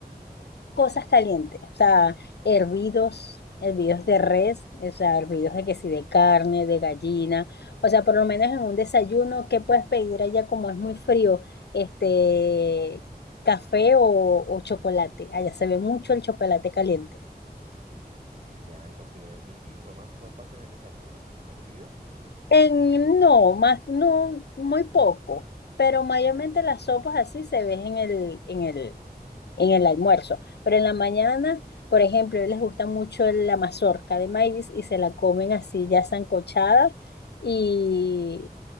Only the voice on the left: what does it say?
cosas calientes, o sea, hervidos, hervidos de res, o sea, hervidos de que sí, de carne, de gallina, o sea, por lo menos en un desayuno, ¿qué puedes pedir allá como es muy frío? Este, café o, o chocolate, allá se ve mucho el chocolate caliente.
En, no, más, no, muy poco, pero mayormente las sopas así se ven en el, en el, en el almuerzo. Pero en la mañana, por ejemplo, a ellos les gusta mucho la mazorca de maíz y se la comen así ya sancochada y